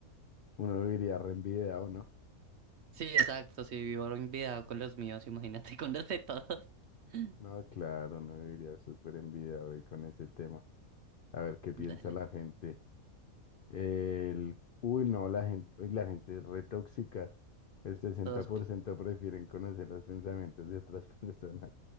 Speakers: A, on the left (about 65°); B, on the right (about 60°).
A: Uno viviría re envidiado, ¿no?
B: Sí, exacto, si vivo enviado con los míos, <laughs> imagínate con los de todos. <laughs>
A: No, claro, uno viviría súper envidiado ahí con ese tema. A ver qué piensa
B: Dale,
A: la gente. El, uy, no, la gente, uy, la gente es re tóxica. El sesenta
B: todos
A: por ciento prefieren conocer los pensamientos de otras <laughs> personas.